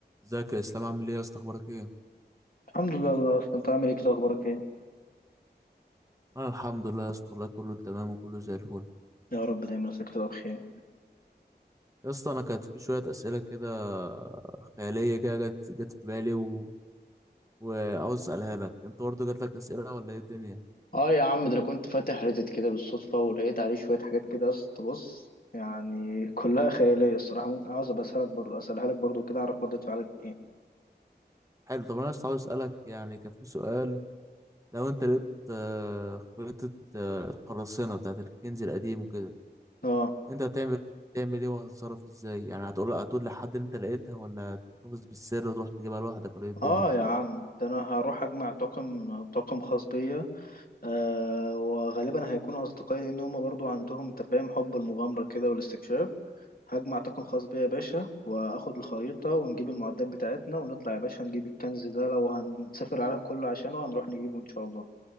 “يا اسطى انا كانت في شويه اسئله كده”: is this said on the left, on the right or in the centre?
Right